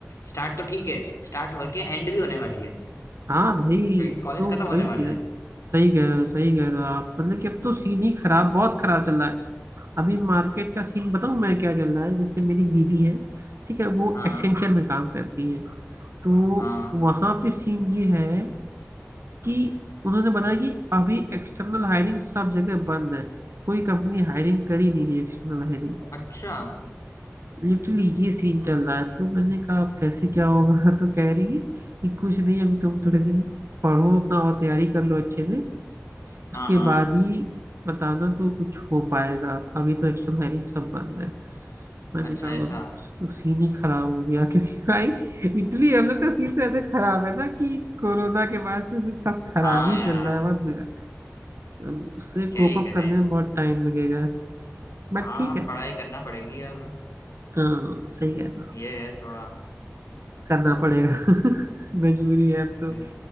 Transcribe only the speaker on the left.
स्टार्ट तो ठीक है स्टार्ट होके एंड भी होने वाली है
क्योंकि
कॉलेज
खत्म होने
वाला
है
हाँ
हाँ
अच्छा
हाँ हाँ
अच्छा
ऐसा
हाँ
यार
क्या
ही
करें
हाँ
पढ़ाई करना पड़ेगी अब
ये है थोड़ा
बिल,